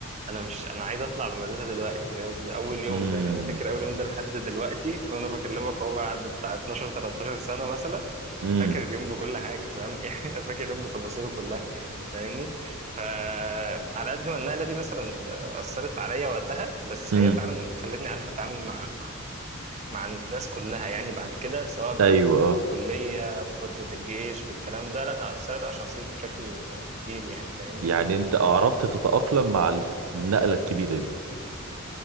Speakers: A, on the right; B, on the right.
A: انا مش انا عايز اطلع من المدرسه دلوقتي فاهم من اول يوم
B: امم
A: ده انا فاكر اول يوم ده لحد دلوقتي وانا بكلمك هو بعد بتاع 12 13 سنه مثلا
B: امم
A: فاكر اليوم بكل حاجه فاهم <laughs> يعني فاكر اليوم بتفاصيله كلها فاهمني فعلى قد ما النقله دي مثلا اثرت عليا وقتها بس
B: امم
A: هي فعلا خلتني عارف اتعامل مع مع مع الناس كلها يعني بعد كده سواء بقى
B: ايوه
A: في فتره
B: اه
A: الكليه في فتره الجيش في الكلام ده لا اثرت على شخصيتي بشكل كبير يعني فاهمني
B: يعني انت عرفت تتأقلم مع النقلة الكبيرة دي